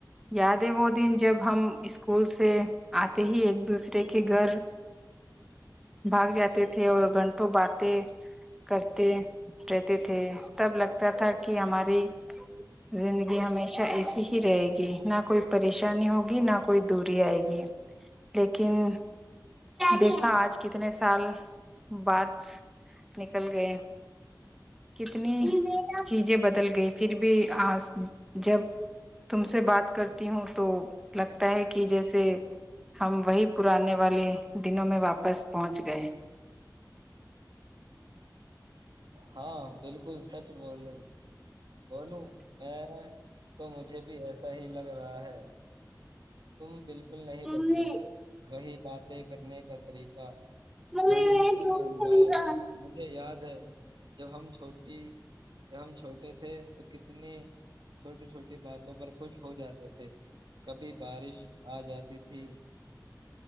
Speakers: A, in the centre; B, on the right (about 85°).
A: یاد ہے وہ دن جب ہم اسکول سے آتے ہی ایک دوسرے کے گھر بھاگ جاتے تھے اور گھنٹوں باتیں کرتے رہتے تھے تب لگتا تھا کہ ہماری زندگی ہمیشہ ایسی ہی رہے گی نہ کوئی پریشانی ہوگی نہ کوئی دوری آئے گی لیکن دیکھا آج کتنے سال بعد نکل گئے کتنی چیزیں بدل گئی پھر بھی آ جب تم سے بات کرتی ہوں تو لگتا ہے کہ جیسے ہم وہی پرانے والے دنوں میں واپس پہنچ گئے
B: ہاں بالکل سچ بول رہے ہو بولوں میں تو مجھے بھی ایسا ہی لگ رہا ہے تم بالکل نہیں
A: ممی
B: بدلی وہی بات طے کرنے کا طریقہ
A: ممی
B: وہی حسل کا انداز
A: میں
B: مجھے یاد ا جب ہم چھوٹے ہم چھوٹے تھے تو کتنی چھوٹی چھوٹی باتوں پر خوش ہو جاتے تھے کبھی بارش آ جات تھی